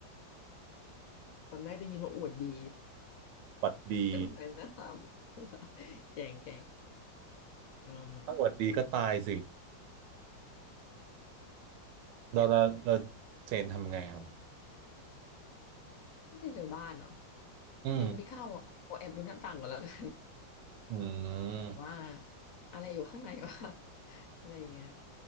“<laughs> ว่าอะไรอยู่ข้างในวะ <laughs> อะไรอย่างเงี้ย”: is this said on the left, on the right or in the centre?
Left